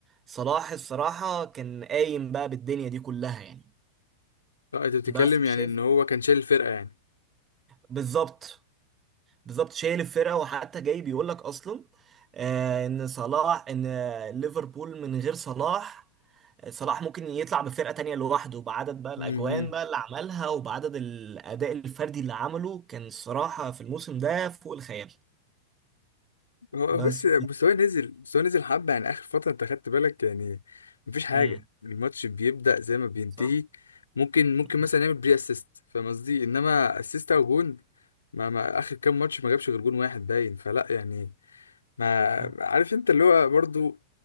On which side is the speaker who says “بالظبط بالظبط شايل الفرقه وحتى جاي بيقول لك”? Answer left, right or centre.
Right